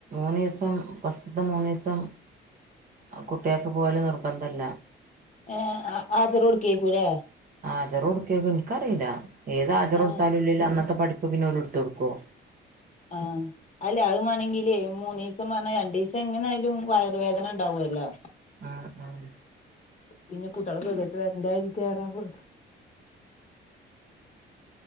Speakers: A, on the right; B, on the left.
A: മൂന്നീസം ഫസ്റ്റത്തെ മൂന്നീസം കുട്ടികൾക്ക് പോവല് നിർബന്ധവല്ല
B: ഏഹ് ഹാജറ് കൊടുക്കുവാരിക്കൂലെ
A: ഹാജർ കൊടുക്കുക്കോ എനിക്കറിയില്ല ഏത് ആജറ്
B: ഏ
A: കൊടുത്താലും ഇല്ലേലും അന്നത്തെ പഠിപ്പ് പിന്നെ ഓല് എടുത്ത് കൊടുക്കുവോ
B: ആഹ് അല്ലെ അത് വേണെങ്കില് മൂന്നീസം പറഞ്ഞ രണ്ടിസം എങ്ങനെ ആയാലും വയറുവേദന ഉണ്ടാവൂല്ലോ
A: ആഹ് ആഹ്
B: പിന്നെ കുട്ടികള് വെറുതെ വരണ്ടായിട്ടാരാ കൊടുത്ത്